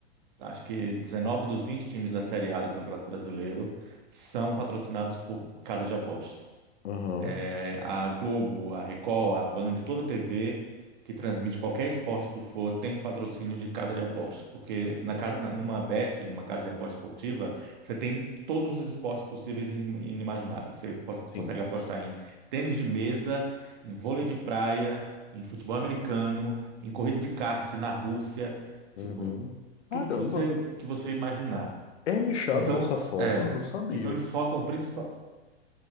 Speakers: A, on the right (about 45°); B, on the left (about 80°).
A: acho que 19 dos 20 times da Série A do Campeonato Brasileiro são patrocinados por casas de apostas
B: aham.
A: é, a Globo, a Record, a Band, toda TV que transmite qualquer esporte que for tem um patrocínio de casa de aposta, porque na
B: Uhum.
A: casa, na- numa bet, numa casa de aposta esportiva, você tem todos os esportes possíveis e im- inimagináveis. Você pos-
B: Sim.
A: consegue apostar em tênis de mesa, em vôlei de praia, em futebol americano, em corrida de kart na Rússia,
B: Uhum.
A: tipo,
B: Caramba.
A: tudo que você que você imaginar.
B: É nichado
A: Então,
B: dessa forma?
A: é,
B: Eu não sabia.
A: então eles focam principal